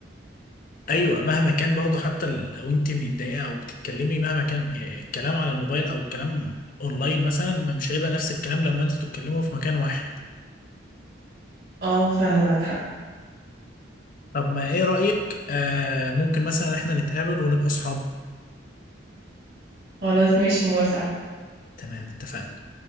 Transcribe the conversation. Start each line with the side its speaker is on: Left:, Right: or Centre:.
Left: ايوه مهما كان برضه حتى ال- لو انت متضايقه او بتتكلمي مهما كان آه، الكلام على الموبايل او الكلام اونلاين مثلا مش هيبقى نفس الكلام لما انتوا تتكلموا في مكان واحد
Right: اه فعلا معاك حق
Left: طب ما ايه رأيك آه ممكن مثلا احنا نتقابل ونبقى اصحاب
Right: خلاص ماشي موافقه
Left: تمام اتفقنا